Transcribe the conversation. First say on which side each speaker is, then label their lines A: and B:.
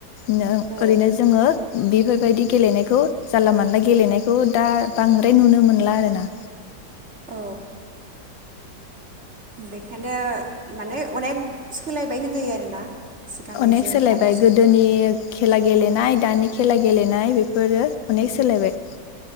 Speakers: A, on the left (about 90°); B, on the right (about 40°).
A: नों
B: औ
A: ओरैनो जोङो बेफोरबायदि गेलेनायखौ जानला मानला गेलेनायखौ दा बांद्राय नुनो मोनला आरोना
B: औ बेखायनो माने अनेक सोलायबाय होनजायो आरोना सिगांनिजों
A: अनेक सोलायबाय
B: दानिजों
A: गोदोनि खेला गेलेनाय दानि खेला गेलेनाय बेफोरो अनेक सोलायबाय